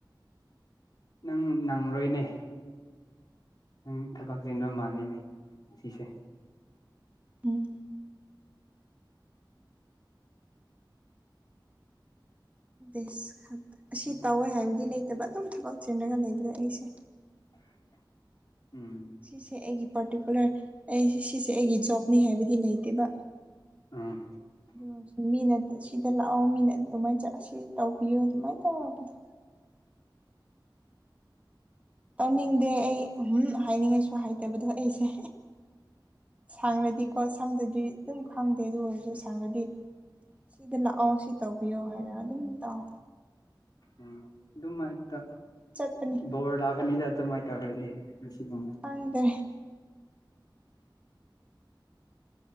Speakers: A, on the left; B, on the right.
A: ꯅꯪ ꯅꯪꯔꯣꯏꯅꯦ ꯅꯪ ꯊꯕꯛ ꯆꯤꯟꯕ ꯃꯥꯜꯂꯤꯅꯦ ꯉꯁꯤꯁꯦ
B: ꯎꯝ ꯏꯁ ꯑꯁꯤ ꯇꯧꯋꯦ ꯍꯥꯏꯕꯗꯤ ꯂꯩꯇꯕ ꯑꯗꯨꯝ ꯊꯕꯛ ꯆꯤꯟꯔꯒ ꯂꯩꯕꯗꯣ ꯑꯩꯁꯦ
A: ꯎꯝ
B: ꯁꯤꯁꯦ ꯑꯩꯒꯤ ꯄꯥꯔꯇꯤꯀꯨꯂꯔ ꯑꯩ ꯁꯤꯁꯦ ꯑꯩꯒꯤ ꯖꯣꯕꯅꯤ ꯍꯥꯏꯕꯗꯤ ꯂꯩꯇꯦꯕ
A: ꯎꯝ
B: ꯑꯗꯨꯑꯣꯢꯁꯨ ꯃꯤꯅ ꯑꯁꯤ ꯗ ꯂꯥꯛꯑꯣ ꯃꯤꯅ ꯑꯗꯨꯃꯥꯏ ꯆꯠ ꯑꯁꯤ ꯇꯧꯕꯤꯌꯣ ꯑꯗꯨꯃꯥꯏꯅ ꯇꯧꯕꯗ ꯇꯧꯅꯤꯡꯗꯦ ꯑꯩ ꯎꯝ ꯍꯥꯏꯅꯤꯡꯉꯥꯏꯁꯨ ꯍꯥꯏꯇꯕꯗꯣ ꯑꯩꯁꯦ ꯁꯪꯔꯗꯤꯀꯣ ꯁꯪꯗ꯭ꯔꯗꯤ ꯑꯗꯨꯝ ꯈꯪꯗꯦ ꯑꯗꯨ ꯑꯣꯏꯔꯁꯨ ꯁꯪꯔꯗꯤ ꯁꯤꯗ ꯂꯥꯛꯑꯣ ꯁꯤ ꯇꯧꯕꯤꯌꯣ ꯍꯥꯏꯅ ꯑꯗꯨꯝ ꯇꯥꯎ
A: ꯎꯝ ꯑꯗꯨꯃꯥꯏ ꯇ
B: ꯆꯠꯄꯅꯤ
A: ꯕꯣꯔ ꯂꯥꯛꯀꯅꯤꯗ ꯑꯗꯨꯃꯥꯏ ꯇꯧꯔꯗꯤ ꯉꯁꯤꯒꯨꯝꯕ
B: ꯈꯪꯗꯦ